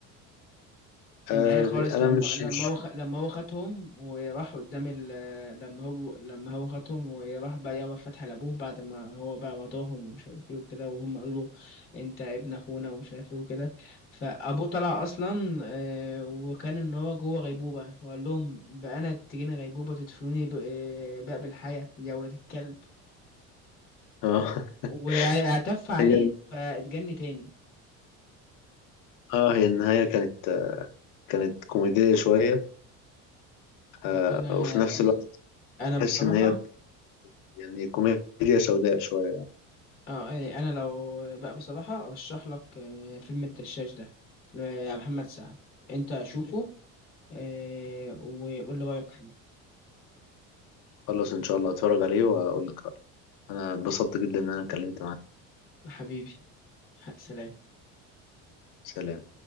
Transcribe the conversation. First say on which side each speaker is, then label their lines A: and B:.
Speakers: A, on the left; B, on the left.
A: النهايه
B: آه
A: خالص
B: انا
A: لما
B: مش
A: لما
B: مش
A: هو خ... لما هو خدهم وراح قدام ال... لما هو لما هو خدهم وراح بقى يابا فتح لابوه بعد ما هو بقى رضاهم ومش عارف ايه وكده وهم قالوا له انت ابن اخونا ومش عارف ايه وكده فابوه طلع اصلا آه وكان ان هو جوه غيبوبه وقال لهم بقى انا تجيني غيبوبه تدفنوني ب... آه، بقى بالحياه يا ولاد الكلب
B: آه
A: واعتف
B: <laughs>
A: عليه
B: هي
A: فاتجن تاني
B: اه هي النهاية كانت كانت كوميدية شوية
A: لا
B: آه
A: انا
B: وفي نفس
A: بس
B: الوقت
A: انا بصراحه
B: تحس ان هي يعني كوميديا سوداء شوية
A: اه إيه، انا لو بقى بصراحه ارشح لك آه، فيلم الدشاش ده لمحمد سعد انت شوفه آه، وقول لي رايك فيه
B: خلاص إن شاء الله هتفرج عليه وأقول لك رأيي أنا اتبسطت جدا إن أنا اتكلمت معاك
A: حبيبي ح- سلام
B: سلام